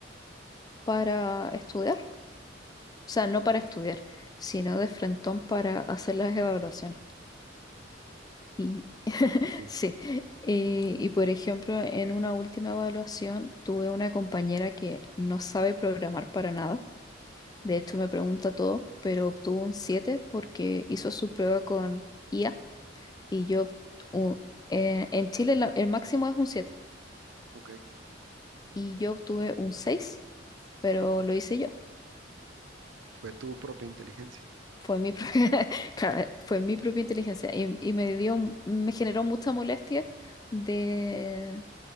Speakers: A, on the left (about 20°); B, on the right (about 90°).
A: para estudiar. O sea, no para estudiar, sino de frentón para hacer las evaluaciones. Y <laughs>
B: Sí.
A: sí, eh, y por ejemplo, en una última evaluación tuve una compañera que no sabe programar para nada. De hecho, me pregunta todo, pero obtuvo un 7 porque hizo su prueba con IA y yo obt- u- eh, en Chile la- el máximo es un 7
B: Ok.
A: y yo obtuve un seis pero lo hice yo.
B: Fue tu propia inteligencia.
A: Fue mi propia, <laughs> claro, fue mi propia inteligencia y, y me dio, me generó mucha molestia de,